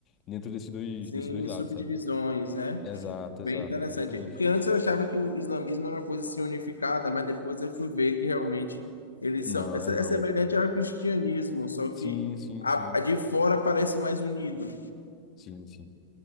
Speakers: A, on the left; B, on the left.
A: dentro desses dois
B: Sim,
A: desses dois lados,
B: subdivisões,
A: sabe?
B: né?
A: Exato,
B: Bem
A: exato,
B: interessante.
A: perfeitamente.
B: Porque antes eu achava que o islamismo era uma coisa assim unificada, mas depois eu fui ver que realmente eles
A: Não,
B: são. É se-
A: é não.
B: é semelhante ao cristianismo, só
A: Sim,
B: que
A: sim,
B: a,
A: sim.
B: a de fora parece mais unido,
A: Sim, sim.